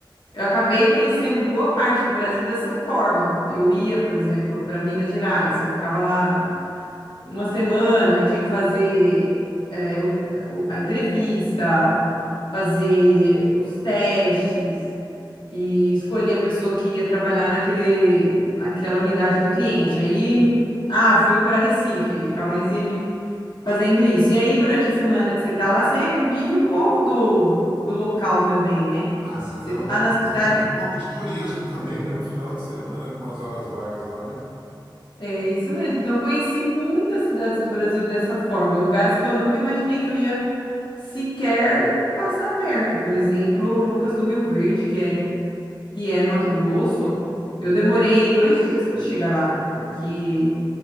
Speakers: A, on the left; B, on the right.
A: eu acabei conhecendo boa parte do Brasil dessa forma. Eu ia, por exemplo, para Minas Gerais, eu ficava lá uma semana e tinha que fazer é, o- o- a entrevista, fazer os testes e escolher a pessoa que ia trabalhar naquele, naquela unidade do cliente. Aí, ah, fui para Recife, aí ficava em Recife fazendo isso. E aí, durante a semana que você está lá, você vive um pouco do, do local também, né?
B: Ah, você
A: Você
B: dá
A: está
B: uma-
A: na cidade
B: você faz um pouco de turismo <laughs> também né, no final de semana, com umas horas vagas lá, né?
A: É isso mesmo. Então, eu conheci muitas cidades do Brasil dessa forma, lugares que eu nunca imaginei que eu ia sequer passar perto. Por exemplo, Lucas do Rio Verde, que é, que é no Mato Grosso. Eu demorei dois dias para chegar lá, porque